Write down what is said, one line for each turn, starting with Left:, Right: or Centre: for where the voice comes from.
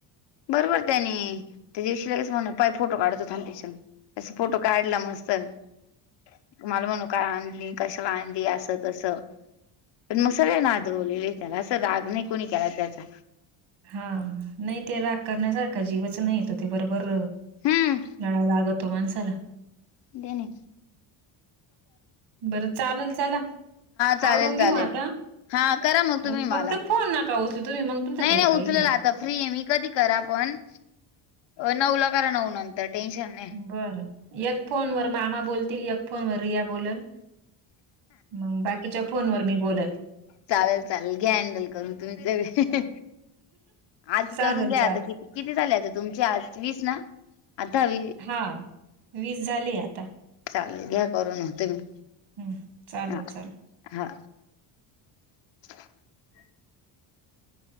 Left: <unintelligible> अस फोटो काढला मस्त, तुम्हाला म्हणू काय आणली. कशाला आणली असं- तसं, पण मग सगळ नादवलेली त्याला अस राग नही कुणी केला त्याचा.
Right: हा, नाही ते रागण्यासारखा जीवच नाहीेतो, ते बरोबर.
Left: हम्म
Right: लळा लागतो माणसाला.
Left: त्याने.
Right: बरं चालेल चला,
Left: चालेल
Right: आवरून
Left: चालेल
Right: घेऊ आता.
Left: हा करा मग तुम्ही
Right: आणि
Left: मला
Right: फक्त फोन नका उचलु, तुम्ही मग तुमचा
Left: नाही
Right: भेेत
Left: नाही
Right: पा
Left: उचलेल
Right: येल मी आ.
Left: आता फ्री आहे मी कधी करा पण, नऊला करा, नऊ नंतर टेन्शन नाही.
Right: बरं, एक फोनवर मामा बोलतील, एक फोन व रिया बोलल. म, बाकीच्या फोन वर मी बोलल.
Left: चालल, चालल घ्या हँडल करून तुमच बी, आज
Right: चालेल
Left: करून घ्या
Right: चालेल
Left: आता कित किती झाल्या गं तुमच्या आज वीस ना? आतावी
Right: हा, वीस झाले आता.
Left: चालेल घ्या करून तुम्ही.
Right: हम्म, चालल
Left: हा
Right: चालल.
Left: हा. <unintelligible>